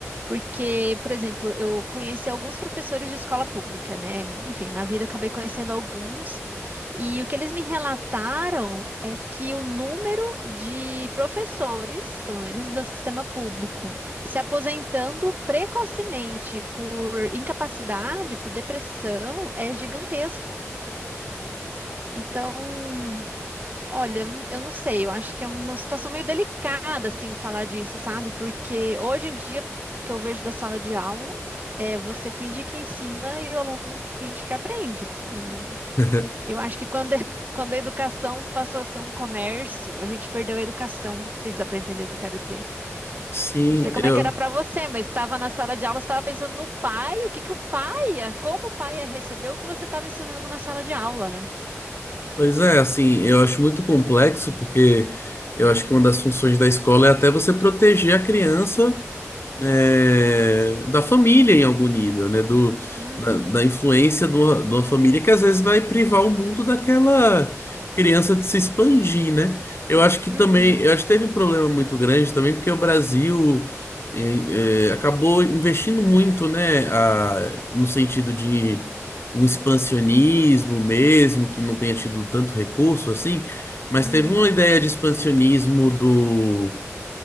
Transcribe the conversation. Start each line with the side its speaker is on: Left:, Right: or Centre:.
Right: Porque, por exemplo, eu conheci alguns professores de escola pública, né? Enfim, na vida acabei conhecendo alguns, e o que eles me relataram é que o número de professores, pelo menos do sistema público, se aposentando precocemente por incapacidade, por depressão, é gigantesco. Então, Olha, eu n- eu não sei, eu acho que é uma situação meio delicada, assim, falar disso, sabe? Porque hoje em dia, o que eu vejo da sala de aula é você finge que ensina e o aluno finge que aprende. E
Left: <laughs>
Right: eu acho que quando, <laughs> quando a educação passou a ser um comércio, a gente perdeu a educação. Não sei se dá para entender o que eu quero dizer.
Left: Sim,
Right: Não sei como
Left: eu.
Right: é que era para você, mas estava na sala de aula, você estava pensando no pai, o que que o pai ia, como o pai ia receber o que você estava ensinando na sala de aula, né?
Left: Pois é, assim, eu acho muito complexo, porque eu acho que uma das funções da escola é até você proteger a criança é, da família em algum nível, né? Do,
Right: Uhum,
Left: da, da influência de uma, de uma família que às vezes vai privar o mundo daquela criança de se expandir, né? Eu acho que
Right: uhum,
Left: também, eu acho que teve um problema muito grande também, porque o Brasil é, é, acabou investindo muito, né? a- no sentido de um expansionismo mesmo, que não tenha tido tanto recurso assim, mas
Right: uhum,
Left: teve uma ideia de expansionismo do